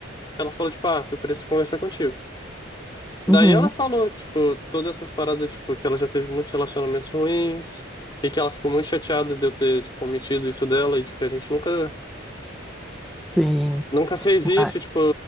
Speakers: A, on the left; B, in the centre.
A: ela falou, tipo, ah, eu preciso conversar contigo. Daí
B: Uhum.
A: ela falou, tipo, todas essas paradas, tipo, que ela já teve muitos relacionamentos ruins e que ela ficou muito chateada de eu ter, tipo, omitido isso dela e de que a gente nunca,
B: Sim.
A: nunca fez
B: Mas-
A: isso, e, tipo,